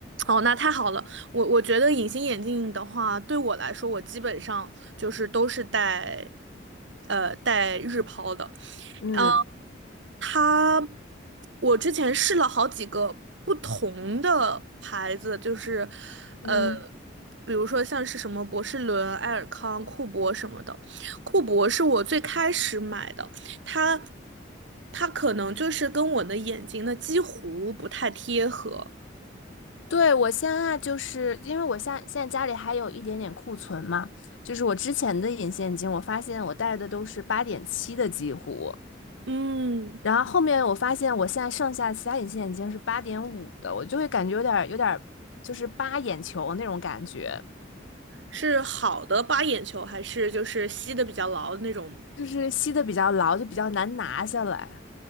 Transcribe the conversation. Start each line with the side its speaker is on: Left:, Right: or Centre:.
Right: 哦，那太好了。我我觉得隐形眼镜的话，对我来说，我基本上就是都是戴，呃，戴日抛的。
Left: 嗯
Right: 嗯，它，我之前试了好几个不同的牌子，就是，
Left: 嗯。
Right: 呃，比如说像是什么博士伦、爱尔康、库博什么的。库博是我最开始买的，它，它可能就是跟我的眼睛的几乎不太贴合。
Left: 对，我现在就是因为我现在现在家里还有一点点库存嘛，就是我之前的隐形眼镜，我发现我戴的都是八点七的几乎。
Right: 嗯。
Left: 然后后面我发现我现在剩下其他隐形眼镜是八点五的，我就会感觉有点儿有点儿就是扒眼球那种感觉，
Right: 是好的八眼球，还是就是吸的比较牢的那种？
Left: 就是吸的比较牢，就比较难拿下来，